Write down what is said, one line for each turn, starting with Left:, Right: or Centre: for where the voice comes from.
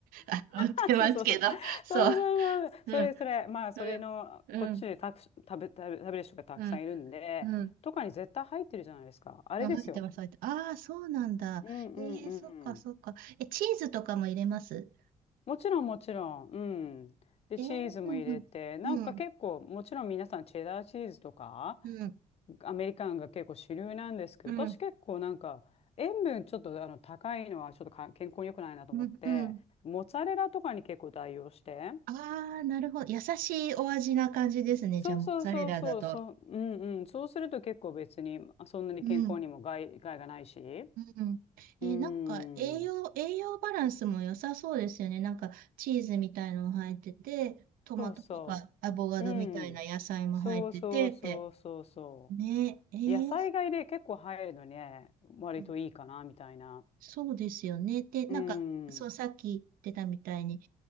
Right: <laughs> あの売ってますけど。
Left: あそうそうそう。
Right: そう。
Left: そうそうそう。それそれ、
Right: うん、
Left: まあ、それの、
Right: うん、うん、
Left: こっちでたく、食べ、食べ、食べる人がたくさんいるんで、
Right: うん、うん。
Left: とかに絶対入ってるじゃないですか。あれですよ。
Right: うん入ってます、入ってああ、そうなんだ。
Left: うんうんうん。
Right: えー、そっか、そっか。え、チーズとかも入れます
Left: もちろんもちろん。うん。で、
Right: ええうん、
Left: チーズも入れて、なんか結構、
Right: うん、
Left: もちろん皆さんチェダーチーズとか、
Right: うん、
Left: アメリカンが結構主流なんですけど、
Right: うん、
Left: 私結構なんか塩分ちょっとあの高いのはちょっとか健康に良くないなと思って、
Right: うん、うん。
Left: モッツァレラとかに結構代用して、
Right: ああ、なるほど。優しいお味な感じですね。
Left: そうそうそうそう、
Right: じゃあ、モッツァレラだと。
Left: そう、うんうん、そうすると結構別にまあそんなに健康にも害、
Right: うん、
Left: 害がないし、
Right: うん。
Left: うん、
Right: えーなんか、栄養、栄養バランスも良さそうですよね。なんか、チーズみたいのも入ってて、トマトとかアボカドみたいな野菜も入ってて、
Left: そうそう、うん、そうそうそうそうそ
Right: って。ねえ、えー
Left: う、野菜買いで結構入るのね、割といいかなみたいな、
Right: うんそうですよね。で、なんか、
Left: うん、
Right: そう、さっき言ってたみたいに、